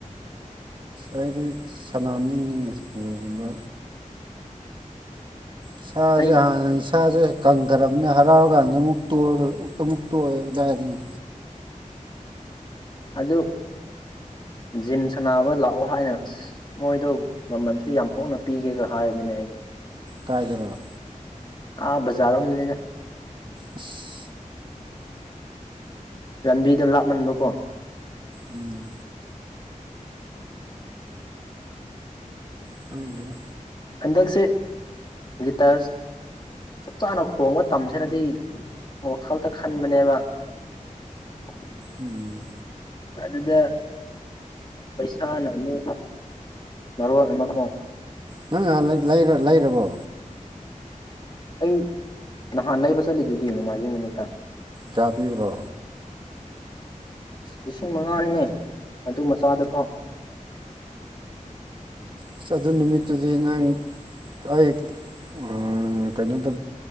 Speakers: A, on the right; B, on the left.
A: ꯑꯩꯗꯤ ꯁꯅꯥꯅꯤꯡꯉꯤꯅꯦ ꯏꯁꯄꯣꯒꯨꯝꯕ ꯏꯁꯥꯖꯦ
B: ꯑꯩ
A: ꯍꯥꯟꯅ ꯏꯁꯥꯁꯦ ꯀꯪꯈ꯭ꯔꯕꯅꯤꯅ ꯍꯔꯥꯎꯔꯀꯥꯟꯗ ꯑꯃꯨꯛ ꯑꯃꯨꯛ ꯇꯣꯛꯑꯦ ꯀꯗꯥꯏꯗꯩꯅꯣ
B: ꯑꯗꯨ ꯖꯤꯝ ꯁꯥꯟꯅꯕ ꯂꯥꯛꯑꯣ ꯍꯥꯏꯅ ꯑꯁ ꯃꯣꯏꯗꯣ ꯃꯃꯜꯁꯨ ꯌꯥꯝ ꯍꯣꯡꯅ ꯄꯤꯒꯦꯒ ꯍꯥꯏꯕꯅꯤꯅꯦ ꯑꯩꯕꯨ
A: ꯀꯥꯏꯗꯔꯣ
B: ꯑꯥ ꯕꯖꯥꯔ ꯔꯣꯝꯗꯅꯤꯗ
A: ꯑꯁ
B: ꯂꯝꯕꯤꯗꯣ ꯂꯥꯞꯃꯟꯕꯀꯣ
A: ꯎꯝ ꯈꯪꯗ꯭ꯔꯦꯗ
B: ꯍꯟꯗꯛꯁꯦ ꯂꯤꯇꯥꯔꯁ ꯆꯞ ꯆꯥꯅ ꯈꯣꯡꯕ ꯇꯝꯁꯤꯅꯗꯤ ꯋꯥꯈꯜꯗ ꯈꯟꯕꯅꯦꯕ <inaudible>
A: ꯎꯝ
B: ꯑꯗꯨꯗ ꯄꯩꯁꯥꯅ ꯑꯃꯨꯛ ꯃꯔꯣꯟ ꯑꯃ ꯀꯣ
A: ꯅꯪ ꯉꯍꯥꯟ ꯂꯩꯔ ꯂꯩꯔꯕꯣ
B: ꯑꯩ ꯅꯍꯥꯟ ꯂꯩꯕ ꯆꯠꯂꯤꯗꯨꯗꯤ ꯅꯣꯡꯃꯥꯏꯖꯤꯡ ꯅꯨꯃꯤꯠꯇ
A: ꯀꯌꯥ ꯄꯤꯕ꯭ꯔꯣ
B: ꯂꯤꯁꯤꯡ ꯃꯉꯥꯅꯤꯅꯦ ꯑꯗꯨ ꯃꯆꯥꯗꯣ ꯐꯥꯎ
A: ꯑꯁ ꯑꯗꯨ ꯅꯨꯃꯤꯠꯇꯨꯗꯤ ꯅꯪ ꯑꯩ ꯑ ꯀꯩꯅꯣꯗ